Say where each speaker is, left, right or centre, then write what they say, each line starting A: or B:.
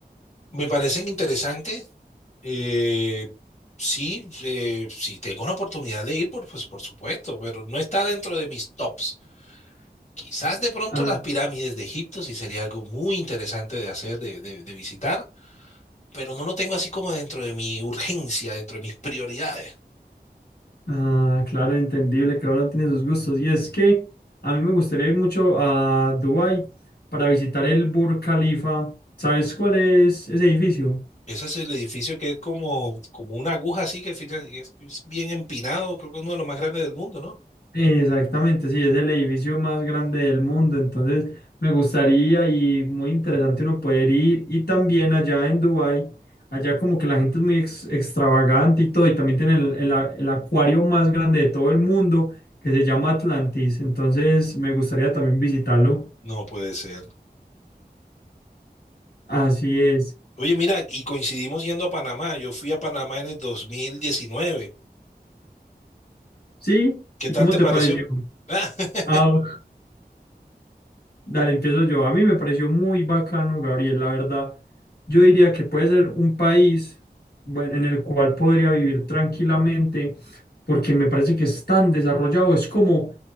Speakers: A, on the left; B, on the left.
A: Me parecen interesantes. Eh, sí, eh, si tengo una oportunidad de ir, por, pues por supuesto, pero no está dentro de mis tops. Quizás de pronto
B: Ah,
A: las pirámides de Egipto sí sería algo muy interesante de hacer, de, de- de visitar, pero no lo tengo así como dentro de mi urgencia, dentro de mis prioridades.
B: ah, claro, entendible, que ahora tiene sus gustos. Y es que a mí me gustaría ir mucho a Dubái para visitar el Burj Khalifa. ¿Sabes cuál es ese edificio?
A: Ese es el edificio que es como, como una aguja así que al final es, es bien empinado, creo que es uno de los más grandes del mundo, ¿no?
B: Exactamente, sí, es el edificio más grande del mundo, entonces me gustaría y muy interesante uno poder ir y también allá en Dubái, allá como que la gente es muy ex- extravagante y todo, y también tienen el, el a- el acuario más grande de todo el mundo que se llama Atlantis, entonces me gustaría también visitarlo,
A: No puede ser.
B: así es,
A: Oye, mira, y coincidimos yendo a Panamá. Yo fui a Panamá en el 2019.
B: sí,
A: ¿Qué
B: ¿y
A: tal
B: cómo
A: te
B: te
A: pareció?
B: pareció?
A: Ah, <laughs>
B: Ah, ok. Dale, empiezo yo. A mí me pareció muy bacano, Gabriel, la verdad. Yo diría que puede ser un país, bueno, en el cual podría vivir tranquilamente, porque me parece que es tan desarrollado. Es como